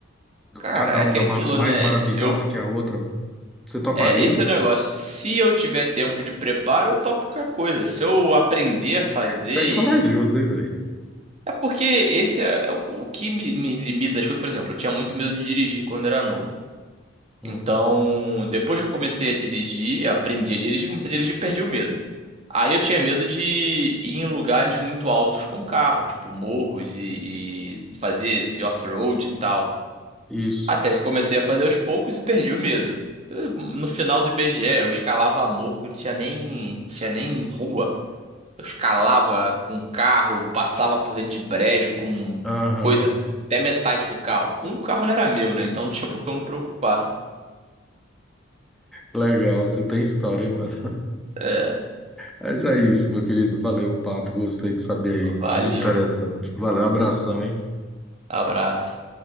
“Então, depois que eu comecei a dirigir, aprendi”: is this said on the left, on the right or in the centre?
Right